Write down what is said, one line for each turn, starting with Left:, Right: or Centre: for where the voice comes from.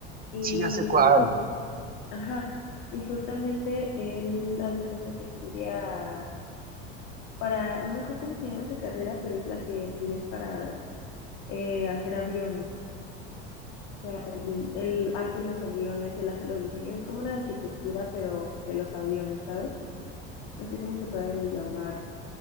Left: Y,
Right: Sí, ya sé cuál.
Left: ajá, y justamente él haz de cuenta que estudia para, no me acuerdo cómo se llama esa carrera, pero es la que estudias para eh, hacer aviones. O sea, él, él hace los aviones, él hace los diseños, es como una arquitectura, pero de los aviones, ¿sabes? No sé cómo se puede llamar.